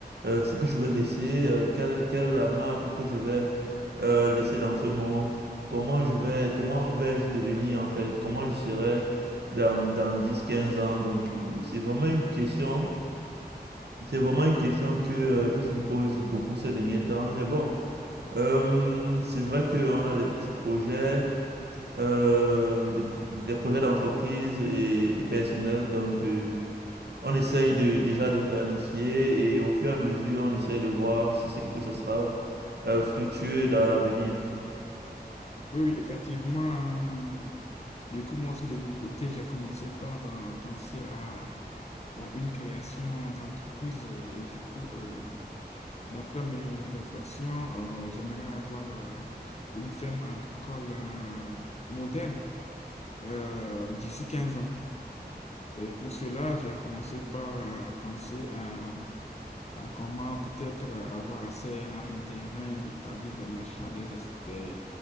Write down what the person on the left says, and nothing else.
Oui, oui, effectivement. euh, Du coup, moi aussi, de mon côté, j'ai commencé par euh, penser à, à une création d'entreprise. euh, Et du coup, euh, D'après mes réflexions, euh, j'aimerais avoir euh, une ferme agricole euh, moderne euh, d'ici 15 ans. Et pour cela, j'ai commencé par euh, penser à, à comment peut-être avoir accès à un terrain, c'est-à-dire l'achat des, es- des,